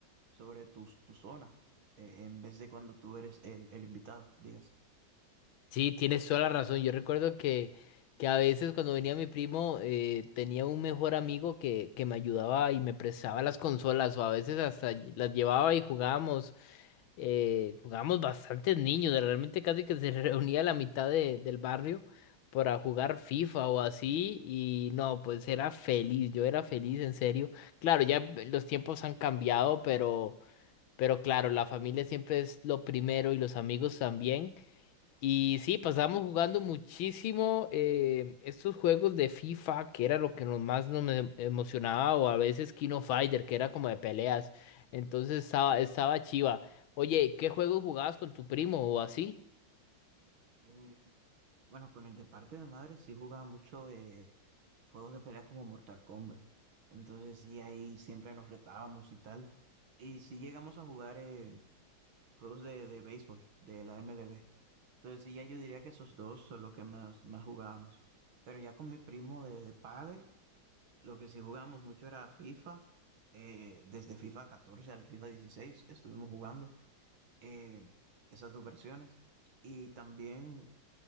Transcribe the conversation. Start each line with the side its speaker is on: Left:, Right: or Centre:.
Right: sobre tus, tu zona eh, en vez de cuando tú eres el, el invitado, digas.
Left: Sí, tienes toda la razón. Yo recuerdo que, que a veces cuando venía mi primo eh, tenía un mejor amigo que, que me ayudaba y me prestaba las consolas o a veces hasta ll- las llevaba y jugábamos. eh, jugábamos bastantes niños, de- realmente casi que se <laughs> reunía la mitad de- del barrio para jugar FIFA o así y no, pues era feliz, yo era feliz en serio. Claro, ya los tiempos han cambiado, pero, pero claro, la familia siempre es lo primero y los amigos también. Y sí, pasábamos jugando muchísimo eh, estos juegos de FIFA, que era lo que nos más nos em- emocionaba, o a veces Kino Fighter, que era como de peleas. Entonces estaba, estaba chiva. Oye, ¿qué juegos jugabas con tu primo o así?
Right: Eh, bueno, con el de parte de madre sí jugaba mucho de juegos de pelea como Mortal Kombat. Entonces sí, ahí siempre nos retábamos y tal. Y sí llegamos a jugar eh, juegos de, de béisbol, de la MLB. Entonces sí, ya yo diría que esos dos son los que más, más jugábamos. Pero ya con mi primo de de padre Lo que sí jugamos mucho era FIFA, eh, desde FIFA 14 al FIFA 16 estuvimos jugando eh, esas dos versiones. Y también